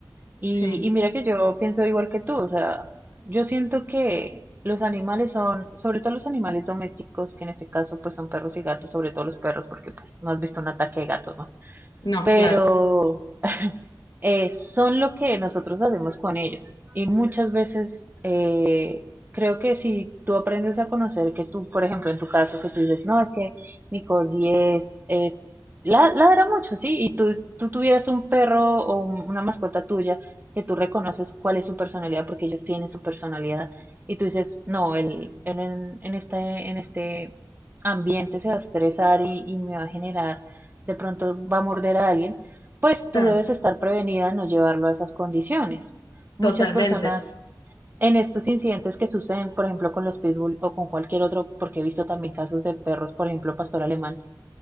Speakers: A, on the right (about 25°); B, on the left (about 80°).
A: Y,
B: Sí,
A: y mira que yo pienso igual que tú, o sea, yo siento que los animales son, sobre todo los animales domésticos, que en este caso pues son perros y gatos, sobre todo los perros, porque pues no has visto un ataque de gatos, ¿no?
B: no,
A: Pero
B: claro,
A: eh, son lo que nosotros hacemos con ellos. Y muchas veces eh, creo que si tú aprendes a conocer que tú, por ejemplo, en tu caso, que tú dices, no, es que mi Nicole es, es la- ladra mucho, sí, y tú, tú tuvieras un perro o un- una mascota tuya que tú reconoces cuál es su personalidad, porque ellos tienen su personalidad, y tú dices, no, él, él en, en este, en este ambiente se va a estresar y, y me va a generar, de pronto va a morder a alguien pues
B: claro,
A: tú debes estar prevenida, no llevarlo a esas condiciones. Muchas
B: totalmente,
A: personas en estos incidentes que suceden, por ejemplo, con los pitbull o con cualquier otro, porque he visto también casos de perros, por ejemplo, pastor alemán,